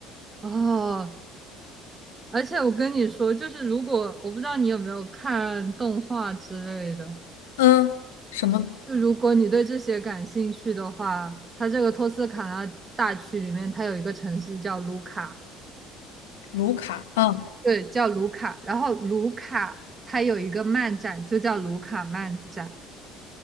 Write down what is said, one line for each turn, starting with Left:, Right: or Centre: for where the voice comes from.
Right: 哦，而且我跟你说，就是如果我不知道你有没有看动画之类的，
Left: 嗯，什么
Right: 就如果你对这些感兴趣的话，它这个托斯卡纳大区里面，它有一个城市叫卢卡，
Left: 卢卡？嗯，
Right: 对，叫卢卡。然后卢卡它有一个漫展，就叫卢卡漫展。